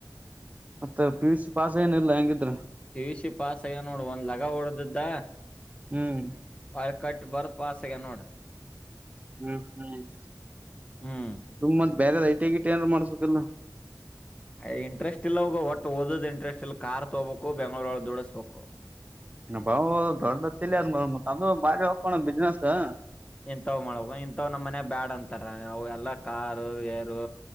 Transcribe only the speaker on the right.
ಮತ್ತ ಪಿ ಯು ಸಿ ಪಾಸ್ ಏನ ಇಲ್ಲಾ ಹೆಂಗಿದ್ರ
ಹ್ಮ್
ಹ್ಮ್ ಹ್ಮ್
ತುಂಬ ಬೇರೆ ಐಟಗಿಟ ಏನ್ರಾ ಮಾಡಿಸಬೇಕಿಲ್ಲ
ನ ಬಾವು ದೊ್ತ್ತಿಲ್ಲ ಅ ತದು ಬಾರಿ <inaudible> ಬಿಜನೆಸ್ ಹಾ